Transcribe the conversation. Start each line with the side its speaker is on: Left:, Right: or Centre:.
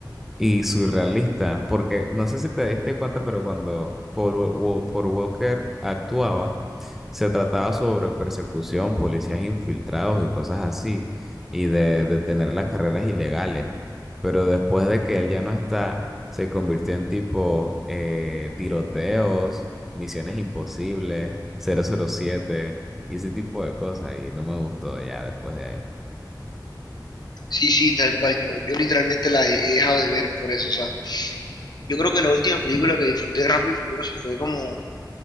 Centre: y surrealista, porque no sé si te diste cuenta, pero cuando Paul, Wa- Wa- Paul Walker actuaba, se trataba sobre persecución, policías infiltrados y cosas así, y de detener las carreras ilegales. Pero después de que él ya no está, se convirtió en tipo eh, tiroteos, misiones imposibles, cero cero siete y ese tipo de cosas, y no me gustó ya después de ahí.
Left: Sí, sí, tal cual, yo, yo literalmente la he, he dejado de ver por eso, o sea, yo creo que la última película que disfruté de Rápido y Furioso fue como